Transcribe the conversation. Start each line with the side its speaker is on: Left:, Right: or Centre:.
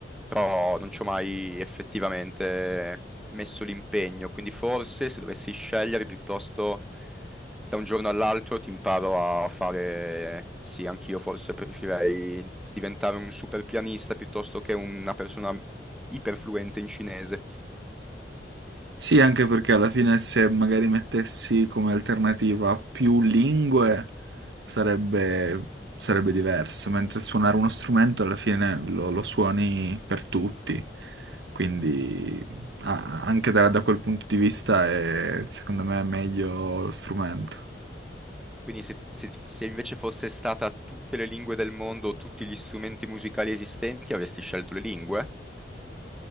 Centre: però non ci ho mai effettivamente messo l'impegno, quindi forse se dovessi scegliere piuttosto da un giorno all'altro ti imparo a fare, sì, anch'io forse preferirei diventare un super pianista piuttosto che una persona iperfluente in cinese.
Right: Sì, anche perché alla fine se magari mettessi come alternativa più lingue sarebbe, sarebbe diverso, mentre suonare uno strumento alla fine lo, lo suoni per tutti, quindi ah, anche da, da quel punto di vista è secondo me meglio lo strumento.
Centre: Quindi se, se- se invece fosse stata tutte le lingue del mondo, tutti gli strumenti musicali esistenti, avresti scelto le lingue?